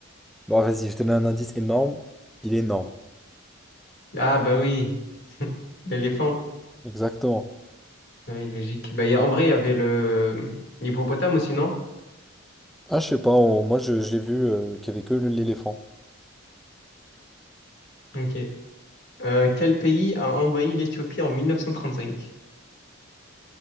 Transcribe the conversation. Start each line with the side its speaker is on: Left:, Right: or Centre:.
Centre: Bon, vas-y, je te donne un indice énorme. Il est énorme.
Left: Ah bah oui, <laughs> l'éléphant.
Centre: Exactement.
Left: Oui, logique. Bah, il y a- en vrai, il y avait le l'hippopotame aussi, non?
Centre: Ah, je sais pas, on- moi je, je l'ai vu euh, qu'il y avait que l'éléphant.
Left: Ok. Euh, quel pays a envahi l'Éthiopie en 1935?